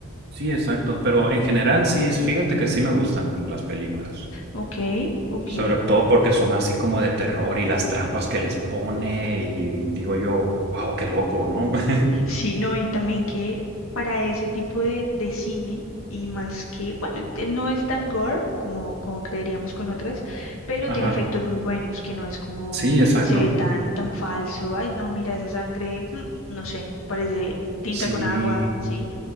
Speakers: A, on the right (about 50°); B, on the left (about 70°).
A: sí, exacto, pero en general sí, fíjate que sí me gustan las películas.
B: Ok, ok.
A: Sobre todo porque son así como de terror y las trampas que les pone y digo yo, wow, qué loco, ¿no? <laughs>
B: Sí, no, y también que para ese tipo de, de cine, y más que, bueno, te- no es tan gore como, como creeríamos con otras, pero
A: Ajá.
B: tiene efectos muy buenos, que no es como
A: Sí, exacto.
B: se ve tan, tan falso. Ay, no, mira esa sangre, mm, no sé, parece tinta
A: Sí.
B: con agua, ¿sí?